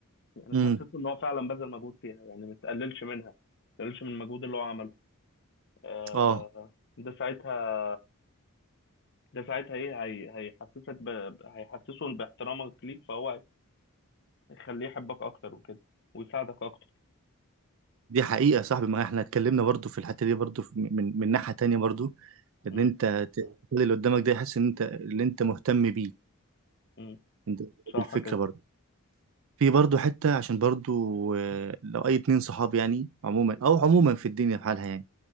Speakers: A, on the left (about 55°); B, on the right (about 65°).
A: يعني
B: امم
A: تحسسه ان هو فعلا بذل مجهود فيها يعني ما تقللش منها ما تقللش من المجهود اللي هو عمله آه،
B: اه
A: ده ساعتها ده ساعتها ايه هي هيحسسك ب... هيحسسه باحترامك ليك فهو هيخليه يحبك اكتر وكده ويساعدك اكتر
B: دي حقيقة يا صاحبي ما احنا اتكلمنا برضو في الحتة دي برضو في- من من ناحية تانية برضو ان
A: امم
B: انت ت- تخلي اللي قدامك ده يحس ان انت اللي انت مهتم بيه
A: امم
B: انت دي
A: صح
B: الفكرة
A: كده
B: برضو في برضه حتة عشان برضه آه، لو أي اتنين صحاب يعني عموما أو عموما في الدنيا في حالها يعني